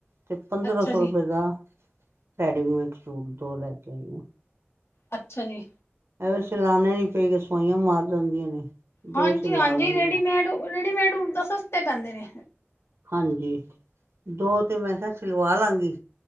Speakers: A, on the right; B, on the left.
A: ਤੇ ਪੰਦਰਾਂ
B: ਅੱਛਾ
A: ਸੌ
B: ਜੀ
A: ਰੁਪਏ ਦਾ, ਰੈਡੀਮੇਡ ਸੂਟ ਦੋ ਲੈ ਕੇ ਆਈ ਆ।
B: ਅੱਛਾ ਜੀ।
A: ਐ ਵਿ ਸਿਲਾਣੇੇ ਨੀ ਚਾਹਿਦੇ ਸਵਾਈਆਂ ਮਾਰ ਜਾਂਦੀਆਂ ਨੇ। ਦੋ
B: ਹਾਂਜੀ
A: ਸਿਲਾ
B: -ਹਾਂਜੀ
A: ਲਾਂਗੇ
B: ਰੇਡੀਮੇਡ-ਰੇਡੀਮੇਡ ਹੁਨ ਤਾਂ ਸਸਤੇ ਪੈਂਦੇ ਨੇ।
A: ਹਾਂਜੀ, ਦੋ ਤੇ ਮੈਂ ਕਿਹਾ ਸਿਲਵਾ ਲਾਂਗੀ।